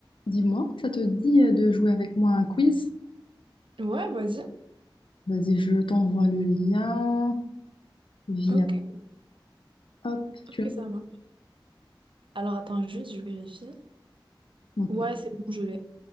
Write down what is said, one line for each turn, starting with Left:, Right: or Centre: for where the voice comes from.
Left: Dis-moi, ça te dit euh, de jouer avec moi à un quiz?
Right: Ouais, vas-y.
Left: Vas-y, je t'envoie le lien via...
Right: Ok,
Left: Hop,
Right: ok,
Left: tu
Right: ça marche. Alors attends juste, je vérifie.
Left: l'as. Ok,
Right: Ouais, c'est bon, je l'ai.